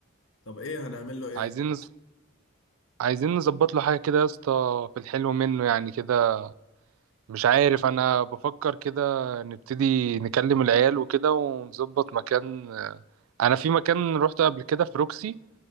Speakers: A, on the left; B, on the right.
A: طب ايه هنعمل له ايه
B: فعايزين نز... عايزين نظبط له حاجه كده يا اسطى في الحلو منه يعني كده مش عارف انا بفكر كده نبتدي نكلم العيال وكده ونظبط مكان انا في مكان روحته قبل كده في روكسي